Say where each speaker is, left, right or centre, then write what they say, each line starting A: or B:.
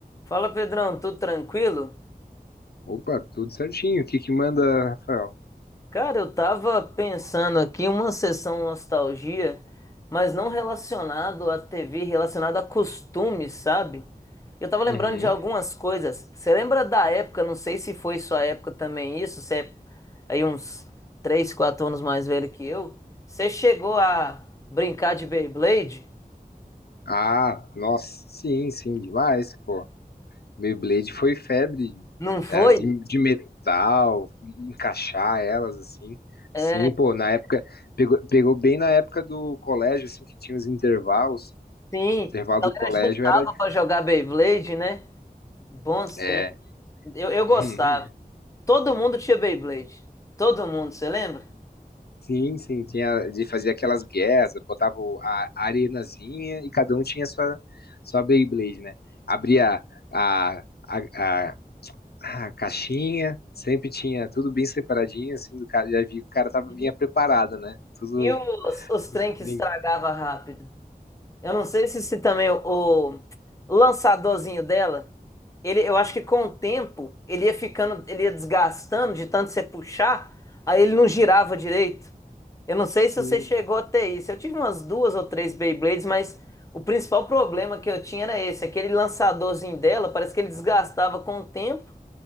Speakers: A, on the left; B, on the left.
A: Fala Pedrão, tudo tranquilo?
B: Opa, tudo certinho. O que que manda, Rafael?
A: Cara, eu tava pensando aqui uma sessão nostalgia, mas não relacionado à TV, relacionado a costumes, sabe? Eu tava lembrando
B: Uhum.
A: de algumas coisas. Você lembra da época, não sei se foi sua época também isso, você é aí uns 3, 4 anos mais velho que eu. Você chegou a brincar de Beyblade?
B: Ah, nossa, sim, sim, demais, pô. Meu Blade foi febre,
A: Não foi?
B: as de de metal, encaixar elas assim.
A: É,
B: Sim, pô, na época pegou, pegou bem na época do colégio assim que tinha os intervalos.
A: sim.
B: Intervalo
A: A
B: do
A: galera
B: colégio
A: juntava
B: era
A: pra jogar Beyblade, né? Bons
B: é.
A: tempos. Eu, eu gostava.
B: <laughs>
A: Todo mundo tinha Beyblade. Todo mundo, você lembra?
B: Sim, sim, tinha de fazer aquelas guerras, botava o- a a arenazinha e cada um tinha sua sua Beyblade, né? Abria a, a, a, a caixinha, sempre tinha tudo bem separadinho, assim, do cara, já vi que o cara tava,
A: Sim.
B: vinha preparado, né? Tudo
A: E os, os
B: os
A: trem que
B: brinquedos.
A: estragava rápido. Eu não sei se, se também o, o lançadorzinho dela, ele, eu acho que com o tempo ele ia ficando, ele ia desgastando de tanto você puxar, aí ele não girava direito. Eu não sei
B: Sim.
A: se você chegou até isso. Eu tive umas duas ou três Beyblades, mas o principal problema que eu tinha era esse. Aquele lançadorzinho dela, parece que ele desgastava com o tempo.